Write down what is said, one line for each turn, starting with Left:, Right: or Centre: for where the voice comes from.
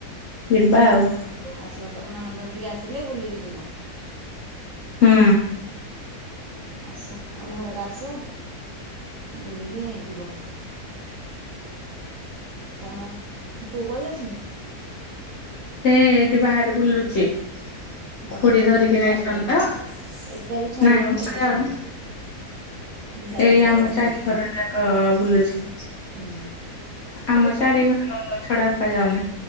Left: ଯିବା ଆଉ।
Right: ଆସ ତମେ ନଣଦ ଘଟିକି ଆସିଲେ ବୁଲିକି ଯିବ।
Left: ହୁଁ।
Right: ଆସ ଆମ ଘର ଆଡେ ଆସ ବୁଲିକି ଯିବ। ତମ ପୁଅ କୁଆଡେ ଯାଇଛନ୍ତି।
Left: ସେ ଏଇଠି ବାହାରେ ବୁଲୁଚି।
Right: ହଁ
Left: ଖୁଡି
Right: ତାକୁ
Left: ଧରିକି
Right: କୁଆଡ଼େ
Left: ନେଇ
Right: ଛାଡ଼ିବନି
Left: ଛନ୍ତି ତ
Right: ଏକା ବି ଛାଡ଼ିବନି
Left: ନାଇଁ ମ କୁଆଡେ
Right: ଛୋଟ
Left: ଯାଉନି।
Right: ଛୁଆଙ୍କୁ ଦାୟିତ୍ୱରେ
Left: ଏଇ ଆମ
Right: ଜଗୁଥିବ
Left: ଚାରି ଘର ଯା କ ବୁଲୁଛି
Right: ହୁଁ ଛୋଟ
Left: ଆମ
Right: ଛୁଆ
Left: ଚାରି
Right: ନା
Left: ଘରକ ଛଡା ଆଉ କୁଆଡେ ଯାଉନି।